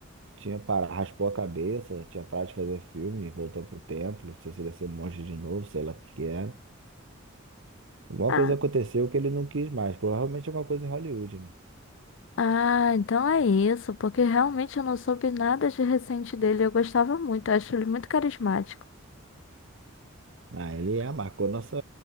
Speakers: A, on the right (about 65°); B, on the left (about 60°).
A: tinha parado, raspou a cabeça, tinha parado de fazer filme, voltou pro templo, não sei se ele ia ser monge de novo, sei lá o que que era. Alguma
B: Ah,
A: coisa aconteceu que ele não quis mais, provavelmente é uma coisa em Hollywood, né?
B: Ah, então é isso, porque realmente eu não soube nada de recente dele. Eu gostava muito, eu acho ele muito carismático.
A: Ah, ele é, marcou nossa,